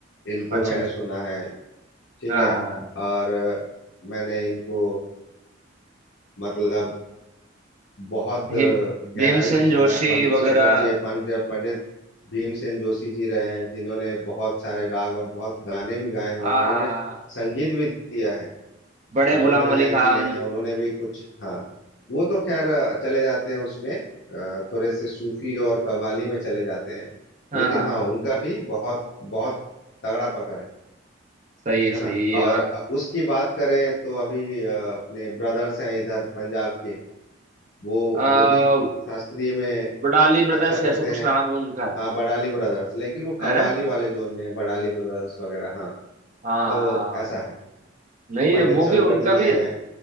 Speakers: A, on the left; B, on the right.
A: इनको
B: अच्छा
A: मैंने
B: अच्छा
A: सुना है ठीक
B: हाँ
A: है
B: हाँ हाँ।
A: और अ, मैंने इनको मतलब बहुत
B: भीम
A: अ, गहराई
B: भीमसेन
A: से सुना
B: जोशी
A: है पंडित
B: वगैरह
A: शंकर जी है पंडित पंडित भीमसेन जोशी जी रहे हैं जिन्होंने बहुत सारे राग और बहुत गाने भी गाए हैं
B: आ
A: और उन्होंने संगीत भी दिया है
B: बड़े
A: रविंद्र
B: गुलाम
A: जैन
B: अली खान
A: जी हैं उन्होंने भी कुछ हाँ वो तो खैर अ, चले जाते हैं उसमें अ, थोड़े से सूफी और कव्वाली में चले जाते हैं
B: हाँ
A: लेकिन
B: हाँ
A: हाँ
B: हाँ
A: उनका भी बहुत बहुत तगड़ा पकड़ है
B: सही है
A: है
B: सही
A: ना
B: है ये
A: और
B: बात है
A: उसकी बात करें तो अभी अ, अपने ब्रदर्स हैं इधर पंजाब के वो
B: आ
A: वो भी शास्त्रीय में
B: बडाली ब्रदर्स
A: अच्छा करते
B: ऐसा कुछ
A: हैं
B: नाम है उनका
A: हाँ बड़ाली ब्रदर्स लेकिन वो कव्वाली
B: है ना
A: वाले जोन में है बड़ाली ब्रदर्स वगैरह हाँ
B: हाँ हाँ,
A: तो ऐसा
B: हाँ।
A: है
B: नहीं
A: पंडित
B: वो
A: शंकर
B: भी उनका
A: जी
B: भी
A: हैं